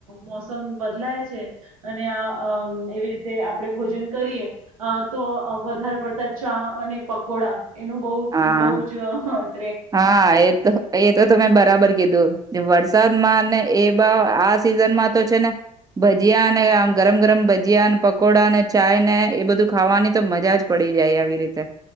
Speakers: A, on the right (about 85°); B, on the right (about 20°).
A: મો બદલાય છે. અને એવી રીતે આપણે ભોજન કરીએ તો વધારે પડતા ચા અને પકોડા એનું બહું બઉ
B: હા
A: જ ઓ, ! હં
B: હા, એતો એતો તમે બરાબર કીધું. વરસાદમાં ને એ બા આ સિઝનમાં તો છેને, ભજીયાને આ ગરમ ગરમ ભજીયા અને પકોડાને, ચાયને એ બધું ખાવાની તો મજા જ પડી જાય. આવી રીતે